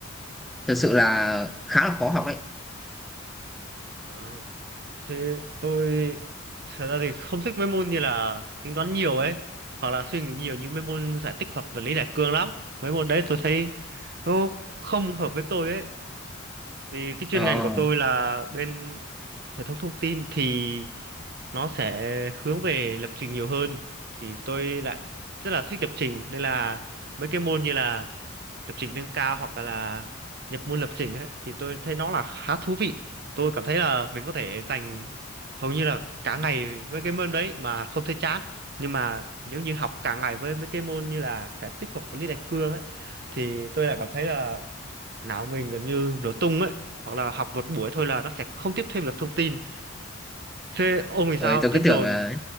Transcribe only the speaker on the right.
Ờ, thế tôi thật ra thì không thích mấy môn như là tính toán nhiều ấy hoặc là suy nghĩ nhiều như mấy môn giải tích hoặc vật lý đại cương lắm. Mấy môn đấy tôi thấy nó không hợp với tôi ấy. Vì cái chuyên
ngành của tôi là bên hệ thống thông tin thì nó sẽ hướng về lập trình nhiều hơn thì tôi lại rất là thích lập trình nên là mấy cái môn như là lập trình nâng cao hoặc là nhập môn lập trình ấy thì tôi thấy nó là khá thú vị. Tôi cảm thấy là mình có thể dành hầu như là cả ngày với cái môn đấy mà không thấy chán. Nhưng mà nếu như học cả ngày với mấy cái môn như là sẽ tích hợp với lý đại cương ấy thì tôi lại cảm thấy là não mình gần như nổ tung ấy hoặc là học một buổi thôi là nó sẽ không tiếp thêm được thông tin thế ông thì sao
trên
trường